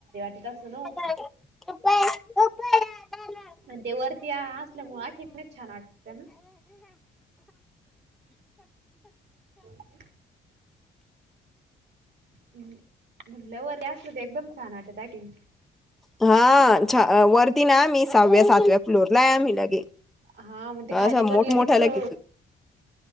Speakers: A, on the right; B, in the centre.
A: ते तर सुणव
B: <unintelligible>
A: आणि ते वरती असल्यामुळेच छान आटकत ना <inaudible> हम् म्हण लव वगैरे असलं तर एकदम छान वाटत चॅटिंग
B: हा छा वरती ना आम्ही सहाव्या सातव्या फ्लोअर ला आहे आम्ही लगे.
A: हा मग ते खाली
B: असं
A: पण
B: मोठमोठ्या
A: लगेच हो
B: लगे